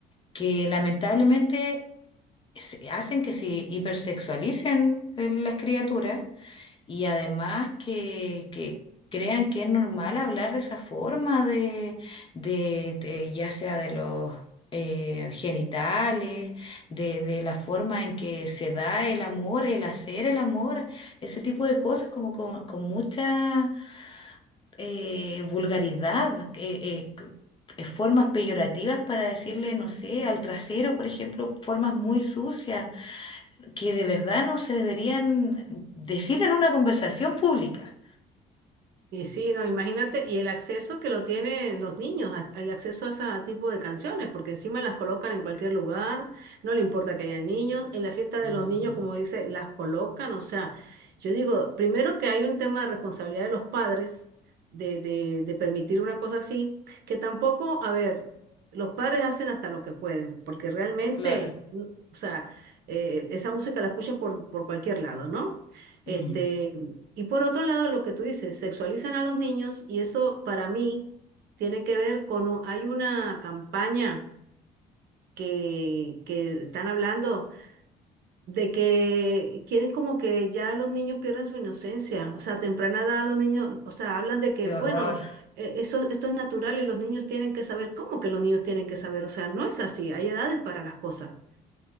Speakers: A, on the left (about 30°); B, on the right (about 70°).
A: que lamentablemente se- hacen que se hipersexualicen eh, las criaturas y además que, que crean que es normal hablar de esa forma de, de, de- ya sea de los eh, genitales, de, de la forma en que se da el amor, el hacer el amor, ese tipo de cosas como con, con mucha eh, vulgaridad, eh, eh, c- eh, formas peyorativas para decirle, no sé, al trasero, por ejemplo, formas muy sucias que de verdad no se deberían decir en una conversación pública.
B: Y sí, no, imagínate, y el acceso que lo tienen los niños, a- el acceso a ese tipo de canciones, porque encima las colocan en cualquier lugar, no le importa que haya niños, en la fiesta de
A: No.
B: los niños, como dice, las colocan, o sea, yo digo, primero que hay un tema de responsabilidad de los padres de, de, de permitir una cosa así, que tampoco, a ver, los padres hacen hasta lo que pueden, porque realmente,
A: Claro.
B: mm, o sea, eh, esa música la escuchas por, por cualquier lado, ¿no? Sí.
A: Mm.
B: Este, y por otro lado, lo que tú dices, sexualizan a los niños y eso para mí tiene que ver con, un- hay una campaña que, que están hablando de que quieren como que ya los niños pierden su inocencia, o sea, a temprana edad los niños, o sea, hablan de que,
A: Qué
B: bueno,
A: horror.
B: eh, eso, esto es natural y los niños tienen que saber, ¿cómo que los niños tienen que saber? O sea, no es así, hay edades para las cosas.